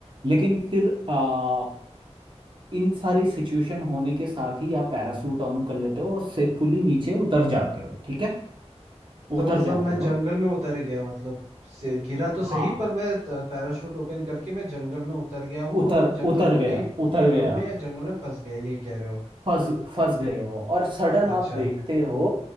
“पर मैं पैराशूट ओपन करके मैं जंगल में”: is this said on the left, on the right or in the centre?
Right